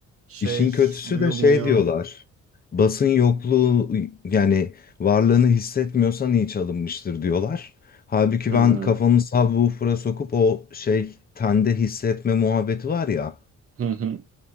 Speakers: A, on the right; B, on the left.
A: şey
B: İşin kötüsü
A: duyulmuyor.
B: de şey diyorlar. Basın yokluğu yani varlığını hissetmiyorsan iyi çalınmıştır diyorlar. Halbuki
A: Hı
B: ben kafamı subwoofer'a sokup o şey tende hissetme muhabbeti var ya.
A: hı. hı.